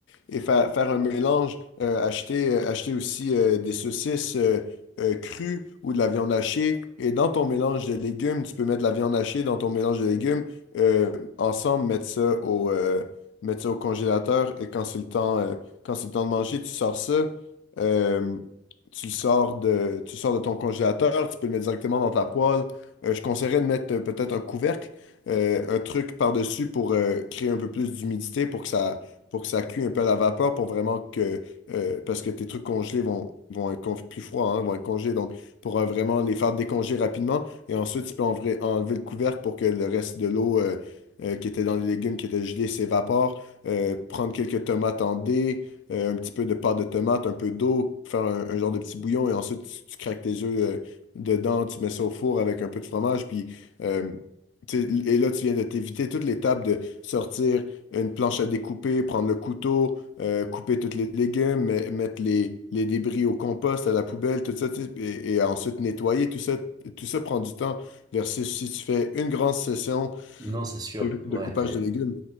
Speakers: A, on the left; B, on the right.
A: et fa- faire un mélange, euh, acheter, euh, acheter aussi euh, des saucisses euh, euh, crues ou de la viande hachée. Et dans ton mélange de légumes, tu peux mettre de la viande hachée dans ton mélange de légumes. euh, ensemble, mettre ça au, euh, mettre ça au congélateur et quand c'est le temps, euh, quand c'est le temps de manger, tu sors ça. euh, tu le sors de, tu le sors de ton congélateur, tu peux le mettre directement dans ta poêle. Euh, je conseillerais de mettre euh, peut-être un couvercle euh, un truc par-dessus pour euh, créer un peu plus d'humidité, pour que ça, pour que ça cuit un peu à la vapeur, pour vraiment que, euh, parce que tes trucs congelés vont, vont être conf- plus froids, hein, vont être congelés, donc pour euh, vraiment les faire décongeler rapidement. Et ensuite, tu peux enlever, enlever le couvercle pour que le reste de l'eau euh, euh, qui était dans les légumes, qui était gelée, s'évapore. Euh, prendre quelques tomates en dés, euh, un petit peu de pâte de tomate, un peu d'eau, faire un, un genre de petit bouillon, et ensuite, tu, tu craques tes œufs euh, dedans, tu mets ça au four avec un peu de fromage, puis... euh, tu sais, Et là, tu viens de t'éviter toute l'étape de sortir une planche à découper, prendre le couteau, euh, couper toutes les légumes, me- mettre les, les débris au compost, à la poubelle, tout ça, tu sais, et, et ensuite nettoyer, tout ça, tout ça prend du temps versus si tu fais une grande session
B: Non, c'est sûr.
A: de de
B: Ouais,
A: coupage de
B: euh,
A: légumes.